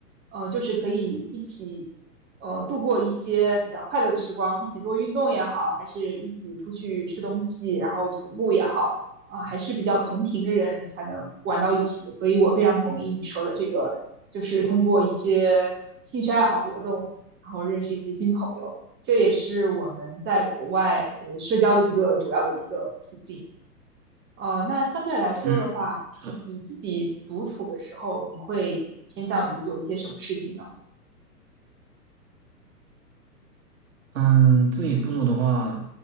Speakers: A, on the right (about 20°); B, on the right (about 55°).
A: 呃，就是可以一起，呃，度过一些比较快乐的时光，一起做运动也好，还是一起出去吃东西，然后徒步也好，啊，还是比较同频的人才能玩到一起。所以我非常同意你说的这个，就是通过一些兴趣爱好活动，然后认识一些新朋友。这也是我们在国外呃社交的一个主要的一个途径。呃，那相对来说的话，
B: 嗯，是。
A: 你自己独处的时候，你会偏向于做一些什么事情呢？
B: 嗯，自己独处的话。